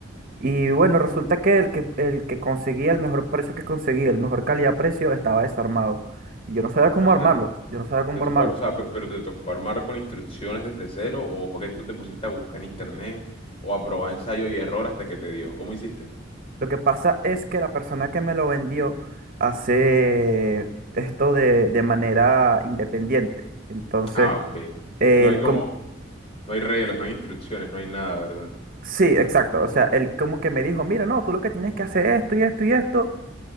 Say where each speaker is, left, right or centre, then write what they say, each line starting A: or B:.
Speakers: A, on the right; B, on the left.
A: Y bueno, resulta que el que, el que conseguía, el mejor precio que conseguía, el mejor calidad-precio, estaba desarmado. Y yo no sabía cómo
B: anda.
A: armarlo. Yo no sabía cómo
B: ¿Te tocó,
A: armarlo.
B: ar- o sea, pe- pero te tocó armar con instrucciones desde cero o fue que tú te pusiste a buscar en internet o a probar ensayo y error hasta que te dio? ¿Cómo hiciste?
A: Lo que pasa es que la persona que me lo vendió hace esto de, de manera independiente. Entonces,
B: Ah, ok.
A: él
B: No hay como,
A: como,
B: no hay reglas, no hay instrucciones, no hay nada, ¿verdad?
A: sí, exacto. O sea, él como que me dijo, mira, no, tú lo que tienes que hacer es esto y esto y esto